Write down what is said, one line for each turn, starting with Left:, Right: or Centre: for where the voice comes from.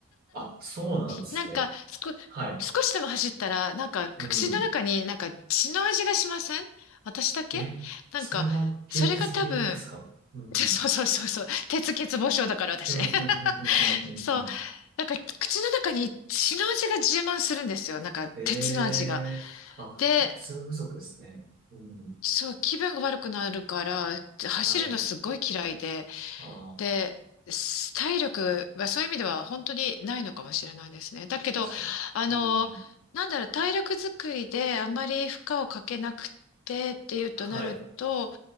Right: あ、そうなんですね。
Left: なんか、すこ、
Right: はい。
Left: 少しでも走ったら、なんか、口の中になんか血の味がしません私だけなんか、
Right: うん。え、それは貧血気味ですかうん。
Left: それが多分、<laughs> そうそうそうそう、鉄欠乏症だから私。
Right: うん、うん、うん、
Left: <laughs>
Right: うん、うん、うんうん。
Left: そう、なんか口の中に血の味が充満するんですよ。なんか、鉄の味が。
Right: ええあ、
Left: で、
Right: 本当に睡眠不足ですね。うん。
Left: そう、気分が悪くなるから、走るのすごい嫌いで、
Right: はい。あ
Left: で、す体力はそういう意味では本当にないのかもしれないですね。だけど、
Right: あ、確かに。
Left: あの、
Right: うん。
Left: なんだろう、体力作りであんまり負荷をかけなくてっていうとなると、
Right: はい。